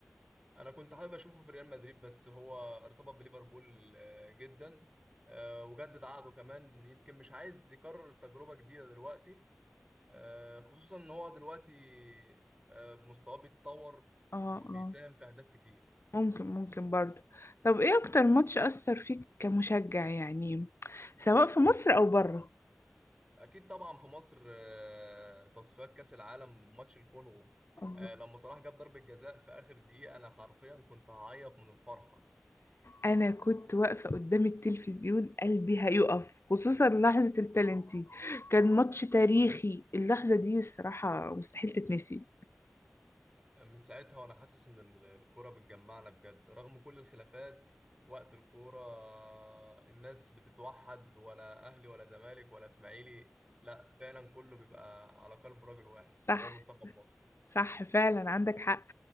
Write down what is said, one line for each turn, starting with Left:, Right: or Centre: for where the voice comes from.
Right: انا كنت حابب اشوفه في ريال مدريد بس هو ارتبط بليفربول آه، جدا آه، وجدد عقده كمان يمكن مش عايز يكرر تجربة جديدة دلوقتي آه، خصوصا ان هو دلوقتي آه، مستواه بيتطور
Left: اه
Right: وبيساهم
Left: اه
Right: في اهداف كتير
Left: ممكن ممكن برضو طب ايه اكتر ماتش اثر فيك كمشجع يعني سواء في مصر او بره
Right: اكيد طبعا في مصر آه، تصفيات كاس العالم ماتش الكونغو
Left: الله
Right: آه، لما صلاح جاب ضربة جزاء في اخر دقيقة انا حرفيا كنت هعيط من الفرحة
Left: انا كنت واقفه قدام التلفزيون قلبي هيقف خصوصا لحظه البلنتي كان ماتش تاريخي اللحظه دي الصراحه مستحيل تتنسي
Right: من ساعتها وانا حاسس ان ال- الكوره بتجمعنا بجد رغم كل الخلافات وقت الكوره الناس بتتوحد ولا اهلي ولا زمالك ولا اسماعيلي لا فعلا كله بيبقى على قلب راجل واحد
Left: صح
Right: وهو منتخب مصر
Left: صح فعلا عندك حق